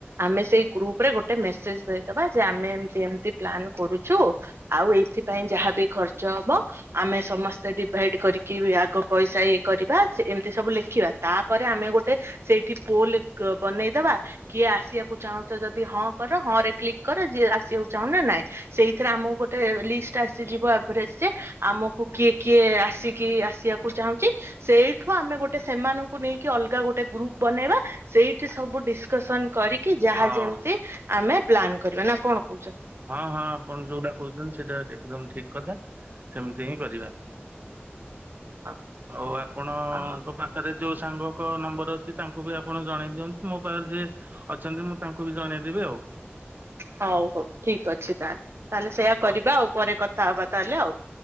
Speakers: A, on the right (about 75°); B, on the right (about 45°).
A: ଆମେ ସେଇ ଗ୍ରୁପ ରେ ଗୋଟେ ମେସେଜ ଦେଇଦବା ଯେ ଆମେ ଏମ ଏମତି ପ୍ଲାନ୍ କରୁଛୁ ଆଉ ଏଇଥିପାଇଁ ଯାହାବି ଖର୍ଚ୍ଚ ହବ ଆମେ ସମସ୍ତେ ଡିଭାଇଡ କରିକି ଆଗ ପଇସା କରିବା ଏମିତି ସବୁ ଲେଖିବା ତାପରେ ଆମେ ଗୋଟେ ସେଇଠି ପୋଲ ବନେଇଦବା କିଏ ଆସିବାକୁ ଚାହୁଁଛ ଯଦି ହଁ କର ହଁ ରେ କ୍ଲିକ କର ଯିଏ ଆସିବାକୁ ଚାହୁଁନ ନାଇଁ ସେଇଥିରେ ଆମକୁ ଗୋଟେ ଲିଷ୍ଟ ଆସିଯିବ ଆଭରେଜ ଯେ ଆମକୁ କିଏ କିଏ ଆସିକି ଆସିବାକୁ ଚାହୁଁଛି ସେଇଠୁ ଆମେ ଗୋଟେ ସେମାନଙ୍କୁ ନେଇକି ଅଲଗା ଗୋଟେ ଗ୍ରୁପ ବନେଇବା ସେଇଠି ସବୁ ଡିସକସନ କରି କି
B: ହଁ।
A: ଯାହା ଯେମିତି ଆମେ ପ୍ଲାନ୍ କରିବା ନା କଣ କହୁଛନ୍ତି?
B: ହଁ ହଁ ଆପଣ ଯୋଉଟା କହୁଛନ୍ତି ସେଇଟା ଏକଦମ ଠିକ କଥା ସେମିତି ହିଁ କରିବା।
A: ହଁ
B: ଆଉ ଆପଣଙ୍କ
A: ହଁ
B: ପାଖରେ ଯୋଉ ସାଙ୍ଗଙ୍କ ନମ୍ବର ଅଛି ତାଙ୍କୁ ବି ଆପଣ ଜଣେଇ ଦିଅନ୍ତୁ ମୋ ପାଖରେ ଯିଏ ଅଛନ୍ତି ମୁଁ ତାଙ୍କୁ ବି ଜଣେଇଦେବି ଆଉ
A: ହଉ ହଉ ଠିକ ଅଛି ତାହେଲେ। ତାହେଲେ ସେୟା
B: ହଉ
A: କରିବା ଆଉ ପରେ କଥା ହବା ତାହେଲେ ଆଉ।